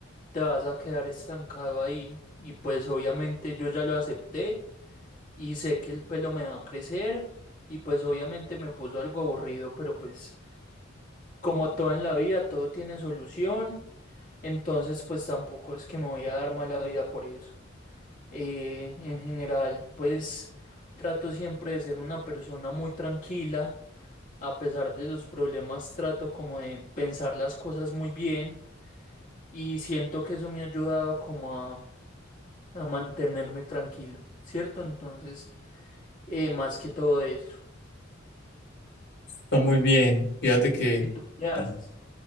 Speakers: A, on the left; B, on the left.
A: te vas a quedar estancado ahí. Y pues obviamente yo ya lo acepté y sé que el pelo me va a crecer y pues obviamente me puso algo aburrido, pero pues como todo en la vida, todo tiene solución. Entonces pues tampoco es que me voy a dar mala vida por eso. Eh, en general, pues trato siempre de ser una persona muy tranquila, a pesar de los problemas, trato como de pensar las cosas muy bien y siento que eso me ha ayudado como a, a mantenerme tranquilo, ¿cierto? Entonces, eh, más que todo eso.
B: Está muy bien. Fíjate que
A: ¿Y tú qué haces?
B: bueno,